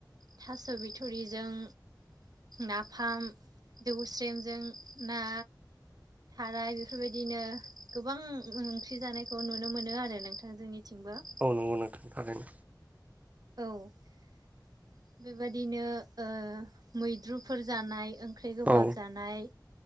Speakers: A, on the right; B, on the right.
A: थास' बिथुरिजों नाफाम। देवस्रेमजों ना। थाराय बेफोरबायदिनो गोबां ओंख्रि जानायखौ नुनो मोनो आरो नोंथां जोंनिथिंबो।
B: औ नंगौ नोंथां।
A: औ बेबाददिनो ओ मैद्रुफोर जानाय ओंख्रि गोबाब
B: औ
A: जानाय